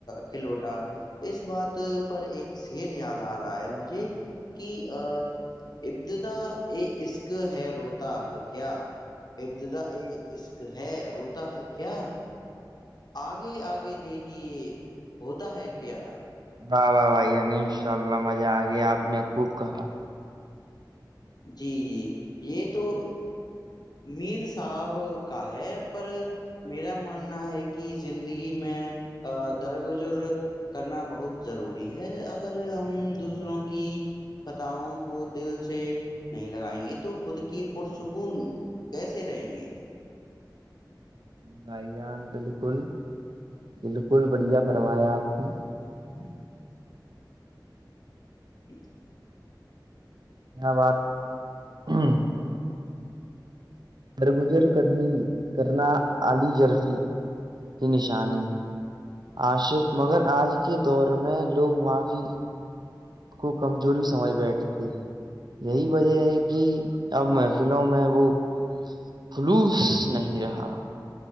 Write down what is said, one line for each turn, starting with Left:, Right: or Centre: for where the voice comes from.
Left: کھلوٹا اس بات پر ایک شیر یاد آ رہا ہے مجھے <unintelligible> ادد یہ عشق ہے روتا ہے کیا ابددا ا عشق ہے روتا ہے کیا آگے آگے دیکھیے ہوتا ہے کیا
Right: واہ واہ بھائی نی ان شاء اللہ مزہ آ گیا آپ نے خوب کہا
Left: جی جی یہ تو میر صاحب کا ہے پر میرا ماننا ہے کہ زندگی میں درگزر کرنا بہت ضروری ہے اگر ہم دوسروں کی ختاؤوں کو دل سے نہیں لگائیں گے تو خود کی پرسکون کیسے رہیں گے
Right: بھائی جان بالکل بالکل بڑھیا فرمایا آپ کو
Left: <inaudible> جی <unintelligible>
Right: ا بات ہ <unintelligible> درگزر کرنی کرنا علی رفی کی نشانی ہے آصف مگر آج کے دور میں لوگ معافی کو کمزوری سمجھ بیٹھتے ہیں یہی وجہ ہے کہ اب مح فلوں میں وہ خلوص نہیں رہا